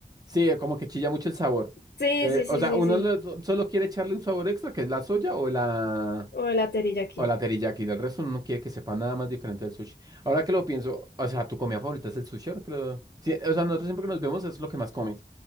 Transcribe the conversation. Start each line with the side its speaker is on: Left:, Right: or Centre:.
Right: Sí, eh, como que chilla mucho el sabor.
Left: Sí,
Right: Eh,
Left: sí, sí,
Right: o sea,
Left: sí,
Right: uno
Left: sí.
Right: lo- solo quiere echarle un sabor extra, que es la soya o la...
Left: O el terilla aquí.
Right: O la teriyaki del resto uno no quiere que sepa nada más diferente del sushi. Ahora que lo pienso, o sea, tu comida favorita es el sushi, ahora que lo- Sí, o sea, nosotros siempre que nos vemos es lo que más comes.